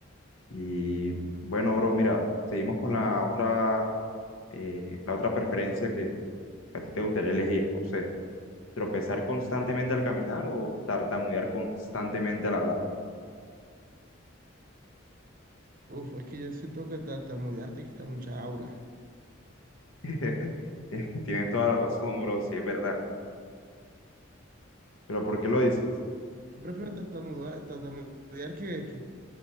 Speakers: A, on the left; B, on the right.
A: Y bueno, bro, mira, seguimos con la otra, eh, la otra preferencia que a ti te gustaría elegir, no sé. tropezar constantemente al caminar o tartamudear constantemente al hablar.
B: Uf, es que yo siento que tartamudear te quita mucha aura.
A: <laughs> Tienes toda la razón, bro, sí, es verdad. Pero ¿por qué lo dices?
B: Yo prefiero tartamudea- tartamudear que, que,